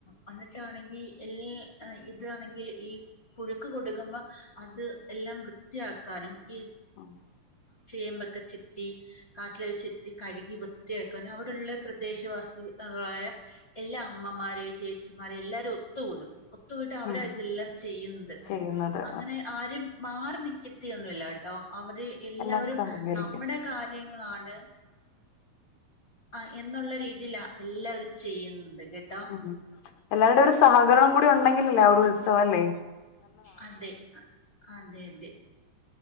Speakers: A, on the left; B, on the left.
A: വന്നിട്ടാണെങ്കിൽ എല്ല ഇതാണെങ്കിൽ ഈ പുഴുക്ക് കൊടുക്കുമ്പ അത് എല്ലാം വൃത്തിയാക്കാനും ഈ
B: ഉം
A: ചേമ്പൊക്കെ ചെത്തി കാറ്റില ചെത്തി കഴുകി വൃത്തിയാക്കാനൻ അവിടെള്ള പ്രദേശവാസി യ എല്ലാ അമ്മമാര ചേച്ചിമാര എല്ലാരും ഒത്തുകൂടും ഒത്തുപീട്ട് അവര
B: ഉം,
A: ഇതെല്ലാം ചെയ്യുന്നത്
B: ചെയ്യുന്നത്
A: അങ്ങനെ ആരും മാറി നി എത്തിയഒന്നുമില്ലാട്ടോ അവര് എല്ലാവരും
B: എല്ലാരും സഹകരിക്കും
A: നമ്മുടെ കാര്യങ്ങളാണ് ആ എന്നുള്ള രീതിയിലാ എല്ലാവരും ചെയ്യുന്നത് കേട്ടോ
B: ഉ എല്ലാരുടെ ഒരു സഹകരണം കൂടി ഉണ്ടെങ്കില അല്ലേ ഒരു ഉത്സവംല്ലേ
A: അതെ അതെ അതെ